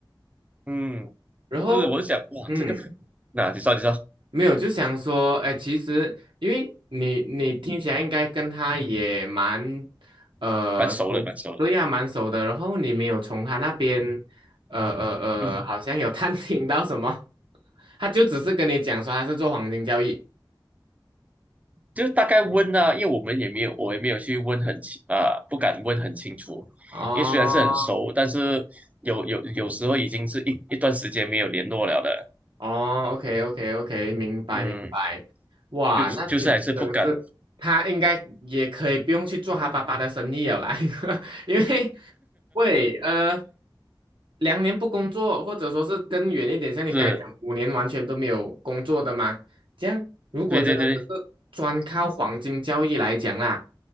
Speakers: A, on the right (about 15°); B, on the right (about 75°).
A: 嗯，
B: 然后，
A: 是，我就想，哇，
B: 嗯，
A: 这个，那你说，你说，
B: 没有，就想说，哎，其实因为你你听起来应该跟他也蛮，呃，
A: 蛮熟了，
B: 熟，
A: 蛮熟了。
B: 对呀，蛮熟的，然后你没有从他那边，呃呃呃，
A: <laughs> 嗯，
B: 好像有探听到什么，<laughs> 他就只是跟你讲说他是做黄金交易，
A: 就大概问啊，因为我们也没有，我也没有去问很清啊、不敢问很清楚，
B: 哦，
A: 因为虽然是很熟，但是有有有时候已经是一一段时间没有联络了的。
B: 哦，OK OK OK，明白明白。
A: 嗯，
B: 哇，
A: 就就是还是不敢，
B: 那其实真的是他应该也可以不用去做他爸爸的生意了啦，<laughs> 因为喂呃两年不工作，或者说是更远一点，像你刚才讲五年完全都没有工作的嘛，
A: 是，
B: 这样如果真的只是专靠黄金交易来讲啦，
A: 对对对，